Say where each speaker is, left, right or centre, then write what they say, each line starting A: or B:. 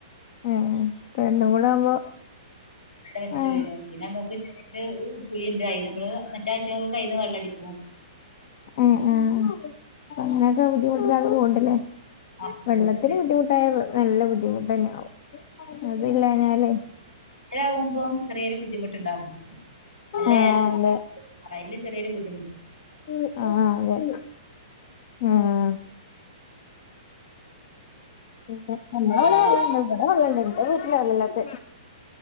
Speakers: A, on the left (about 45°); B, on the left (about 75°).
A: ഏഹ് അപ്പ രണ്ടും കൂടെ ആവുമ്പോ
B: വച്ചിട്ട്
A: ആഹ്
B: വരും പിന്നെ നമുക്ക് ചെറിയ ഒരു കുഴിയുണ്ട് അതിന് നമ്മള് മറ്റ് ആവശ്യങ്ങൾ അതിൽ നിന്ന് മറ്റും വെള്ളം എടുക്കും
A: ആഹ് ആഹ് അപ്പോ അങ്ങനെയൊക്കെ ബുദ്ധിമുട്ടില്ലാതെ പോണോണ്ട് ല്ലേ
B: ആഹ് ബുദ്ധിമുട്ടില്ല
A: വെള്ളത്തിന് ബുദ്ധിമു ട്ടായ നല്ല ബുദ്ധിമുട്ടെന്നെ ആവും അതില്ലാന്നാലേ
B: വഴ ആവുമ്പോം ചെറിയൊരു ബുദ്ധിമുട്ടുണ്ടാവുന്നു നല്ല
A: ആഹ്
B: വേന
A: അതെ
B: അയ്ല് ചെറിയൊരു ബുദ്ധിമു
A: ഉം ആഹ് ആഹ് അതെ ആഹ് പിന്നെ നമ്മടെവടെ
B: ആഹ്
A: വള്ളണ്ട് ഇവിടെ വള്ളണ്ട് എന്റെ വീട്ടിലാ വള്ളല്ലാത്തെ